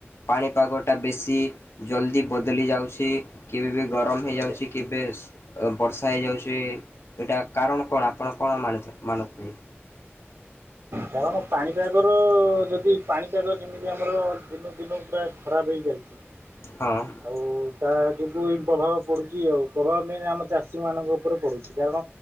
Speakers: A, on the left; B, on the right.
A: ପାଣିପାଗଟା ବେଶୀ ସି ଜଲଦି ବଦଲି ଯାଉଛି କେବେ ବି ଗରମ ହେଯାଉଛି
B: ଆଜ୍ଞା
A: କେବେ ବର୍ଷା ହେଇଯାଉଛି, ଏଇଟା କାରଣ କଣ ଆପଣ କଣ ମାନ ମାନୁଥିବେ?
B: କଣ ପାଣିପାଗର-ଅ-ଅ-ଅ ଯଦି ପାଣିପାଗ ଯେମିତି ଆମର ଦିନକୁ ଦିନ ପୁରା ଖରାପ ହେଇଚାଲିଛି।
A: ହଁ।
B: ଆଉ-ଉ-ଉ ତା ଯୋଗୁଁ ହିଁ ପ୍ରଭାବ ପଡ଼ୁଛି ଆଉ ପ୍ରଭାବ ବି ଆମ ଚାଷୀମାନଙ୍କ ଉପରେ ପଡ଼ୁଛି। କାରଣ